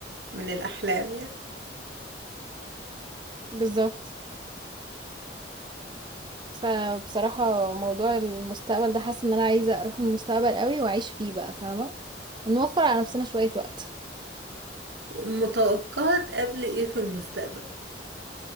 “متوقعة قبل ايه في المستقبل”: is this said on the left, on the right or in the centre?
Right